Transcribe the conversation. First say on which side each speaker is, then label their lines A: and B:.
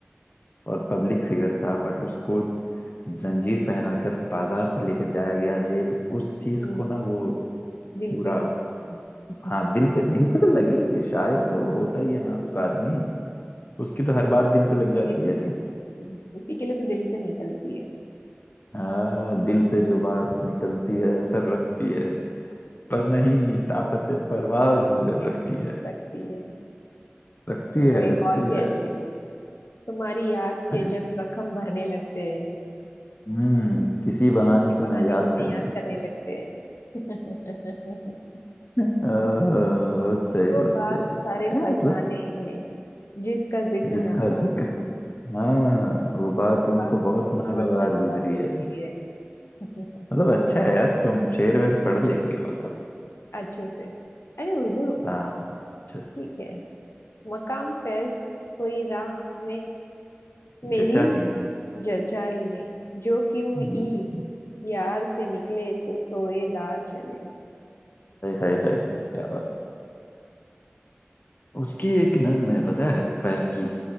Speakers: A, on the left; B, on the left.
A: और पब्लिक फिगर था बट उसको जंजीर पहनाकर बाजार से लेकर जाया गया जेल उस चीज
B: हम्म,
A: को ना वो
B: दिल
A: पूरा
B: पे ले <laughs>
A: हाँ दिल पे दिल पे तो लगेगी शायर तो होता ही है नाजुक आदमी उसकी तो हर बात दिल पे लग जाती
B: दिल
A: है
B: पे लग जाती है इसी के लिए तो दिल से निकलती है
A: हाँ दिल से जो बात निकलती है असर रखती है पर नहीं ताकत परवाज मगर रखती है
B: रखती है
A: रखती
B: चलो
A: है
B: एक
A: रखती
B: और कहती
A: है
B: हूँ तुम्हारी याद
A: अरे
B: के जब जख्म भरने लगते हैं
A: हम्म किसी बहाने
B: किसी
A: तुम्हें
B: बहाने
A: याद
B: तुम्हें
A: करने
B: याद
A: लगते
B: करने
A: हैं
B: लगते हैं
A: <laughs> अ, बहुत सही
B: <laughs> वो
A: बहुत
B: बात
A: सही
B: सारे
A: है,
B: फसाने
A: मतलब
B: में जिसका जिक्र
A: जिसका
B: न था
A: जिक्र हाँ वो बात
B: वो बात
A: उनको बहुत
B: को
A: नागवार
B: बहुत नागवार
A: गुजरी
B: गुजरी
A: है
B: है <laughs>
A: मतलब अच्छा है यार तुम शेर वेर पढ़ लेती हो मतलब
B: अच्छे से अरे उर्दू
A: हाँ जस
B: ठीक है मकाम फैज कोई राह में मेरी
A: जचा ही नहीं
B: जचा ही नहीं जो क्यों
A: हम्म,
B: ई यार से निकले तो सोए दार चले
A: हाय हाय हाय हाय, क्या बात उसकी एक नज्म है पता है फैज की